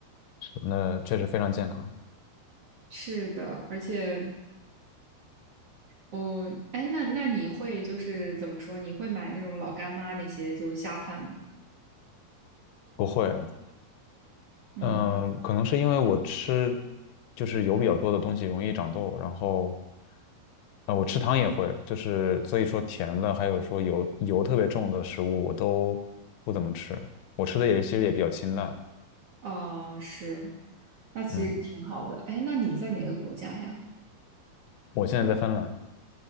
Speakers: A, on the left (about 80°); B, on the right (about 55°).
A: 那确实非常健康。
B: 是的，而且我，哎，那那你会就是怎么说？你会买那种老干妈那些就下饭吗？
A: 不会，
B: 嗯，
A: 嗯，可能是因为我吃就是油比较多的东西容易长痘，然后啊，呃，我吃糖也会，就是所以说甜的，还有说油油特别重的食物我都不怎么吃，我吃的也其实也比较清淡。
B: 啊、是，那其实挺好的。
A: 嗯，
B: 哎，那你在哪个国家呀？
A: 我现在在芬兰，